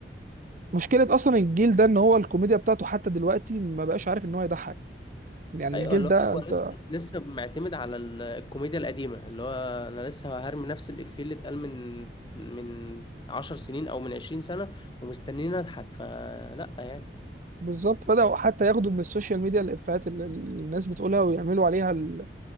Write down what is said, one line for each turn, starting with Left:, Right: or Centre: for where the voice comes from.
Right: مشكلة أصلا الجيل ده إن هو الكوميديا بتاعته حتى دلوقتي ما بقاش عارف إن هو يضحك يعني
Left: ايوه
Right: الجيل
Left: اللي
Right: ده
Left: هو
Right: أنت
Left: هو لسه لسه معتمد على ال- الكوميديا القديمه اللي هو انا لسه هرمي نفس الافيه اللي اتقال من من عشر سنين او من عشرين سنه ومستنيين اضحك فلا يعني
Right: بالظبط بدأوا حتى ياخدوا من السوشيال ميديا الإفيهات اللي اللي الناس بتقولها ويعملوا عليها ال-